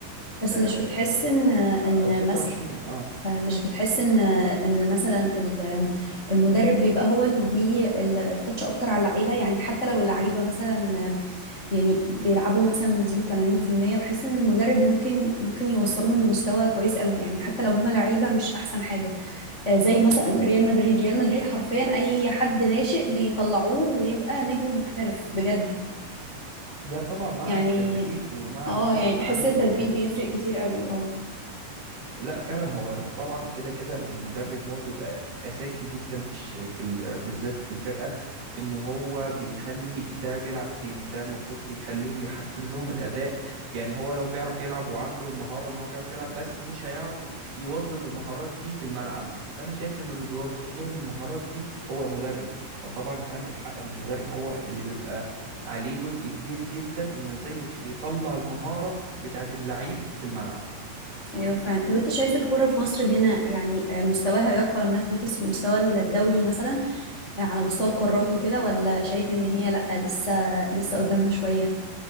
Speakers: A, on the left; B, on the right.
A: بس
B: آه،
A: مش بتحس إن إن
B: أو 26
A: مثلا
B: اه
A: آه، مش بتحس ان ان مثلا ال- المدرب بيبقى هو اللي ليه ال- التاتش اكتر على اللعيبه يعني حتى لو اللعيبه مثلا آم، يعني بيلعبوا مثلا بنسبه 80% بحس ان المدرب ممكن ممكن يوصلهم لمستوى كويس قوي يعني حتى لو هما لعيبه مش احسن حاجه آه، زي مثلا ريال مدريد ريال مدريد حرفيا اي حد ناشئ بيطلعوه ويبقى نجم محترف بجد
B: ده طبعا مع
A: يعني
B: التدريب ومع
A: اه
B: ان هو
A: يعني
B: يبقى
A: بحس
B: عنده
A: التدريب
B: الموهبة
A: بيفرق كتير قوي اه
B: لا فعلا هو طبعا كده كده المدرب هو بيبقى اساسي جدا في الش... في ال... بالذات في الفرقه ان هو بيخلي ده بيلعب فين وده المفروض بيخليهم يحسن لهم الاداء يعني هو لو بيعرف يلعب وعنده المهاره ان هو بيعرف يلعب بس مش هيعرف يوظف المهارات دي في الملعب فانا شايف انه اللي بيوظف لهم المهارات دي هو المدرب فطبعا انت عندك حق ان المدرب هو اللي بيبقى عليه جزء كبير جدا انه ازاي يطلع المهاره بتاعت اللعيب في الملعب
A: ايوه فعلا طب انت شايف الكوره في مصر هنا يعني آه، مستواها يرقى انها تنافس في المستوى الدولي مثلا آه، على مستوى القارات وكده ولا شايف ان هي لا لسه لسه قدامها شويه